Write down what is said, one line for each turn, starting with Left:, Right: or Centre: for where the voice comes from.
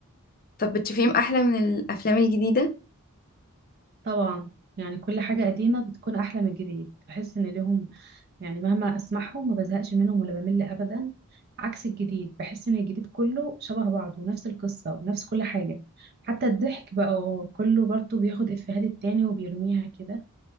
Left: طب بتشوفيهم أحلى من الأفلام الجديدة؟
Right: طبعا يعني كل حاجة قديمة بتكون أحلى من الجديد بحس إن ليهم يعني مهما أسمعهم ما بزهقش منهم ولا بمل أبدا عكس الجديد بحس إن الجديد كله شبه بعضه ونفس القصة ونفس كل حاجة حتى الضحك بقى هو كله برضه بياخد إفيهات التاني وبيرميها كده